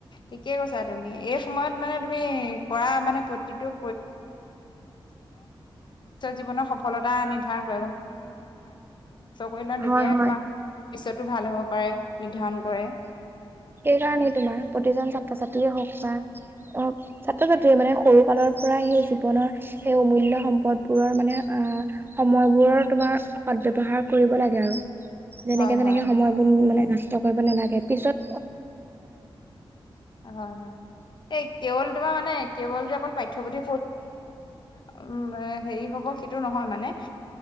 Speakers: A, on the left; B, on the right.
A: ঠিকে কৈছা। তুমি এই সময়ত মানে, তুমি কৰা <unintelligible> মানে ভৱিষ্যত জীৱনৰ সফল <unintelligible> ষ্ট কৰি লওঁ,
B: হয়
A: তেতিয়াহে
B: হয়
A: তোমাৰ ভৱিষ্যতটো ভাল হ'ব পাৰে, নিৰ্ধাৰণ কৰে।
B: এই কাৰণেই তোমাৰ, প্ৰতিজন ছাত্ৰ-ছাত্ৰীয়ে হওঁক বা অ', ছাত্ৰ-ছাত্ৰীয়ে মানে, সৰু কালৰ পৰাই সেই জীৱনৰ সেই সময়বোৰৰ তোমাৰ সৎ ব্যৱহাৰ কৰিব লাগে আৰু। যেনেকে,
A: হয়
B: তেনেকে
A: হয়
B: সময় বোৰ <unintelligible>
A: হয়, হয়। এই কেৱল তোমাৰ মানে, কেৱল যে অকল পাঠ্যপুথি উম, হেৰি হ'ব সেইটো নহয় মানে।